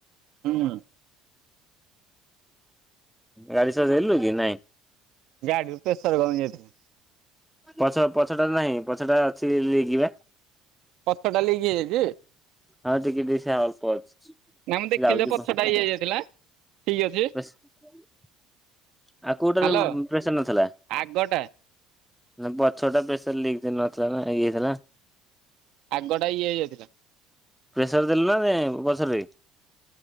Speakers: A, on the right; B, in the centre.
A: ହୁଁ
B: ଗାଡ଼ି ସଜେଇଲୁକି ନାଇଁ?
A: ଗାଡ଼ି ରୁ ପେଶର କମିଯାଇଥିଲେ।
B: ପଛ ପଛଟା ନାହିଁ ପଛଟା ଅଛି ଲିକ୍ ବା
A: ପଛ ଟା ଲିକ୍ ହେଇଯାଇଛି?
B: ହଁ ଟିକେ ଟିକେ ସେ ଆଳ୍ପ ଅଛି
A: ନା ମୁଁ ଦେଖିଲି
B: ଲାଉଛି
A: ଯେ ପଛଟା
B: ମ
A: ଇଏ ହେଇଯାଇଥିଲା ଠିକ ଅଛି
B: ବାସ ଆଉ କୋଉଟାରେ
A: ହ୍ୟାଲୋ।
B: ପ୍ରେସର୍ ନଥିଲା?
A: ଆଗଟା
B: ନା ପଛଟା ପ୍ରେସର୍ ଲିକ୍ ନଥିଲା ନା ଇଏ ଥିଲା।
A: ଆଗଟା ଇଏ ହେଇଯାଇଥିଲା
B: ପ୍ରେସର୍ ଦେଲୁ ନାଇ ପଛରେ?